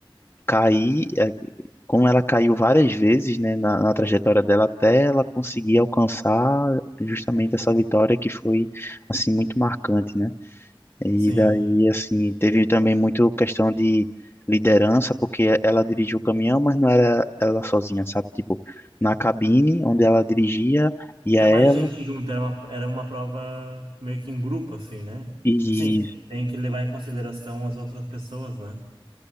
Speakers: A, on the left; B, on the right.
A: cair. eh, como ela caiu várias vezes, né, na, na trajetória dela até ela conseguir alcançar justamente essa vitória que foi assim muito marcante, né? E
B: sim.
A: daí assim teve também muito questão de liderança, porque ela dirigiu o caminhão, mas não era ela sozinha, sabe? Tipo, na cabine onde ela dirigia ia
B: Tinha
A: ela
B: mais gente junto, era uma, era uma prova meio que em grupo, assim, né?
A: e
B: Sim, tem que levar em consideração as outras pessoas, né?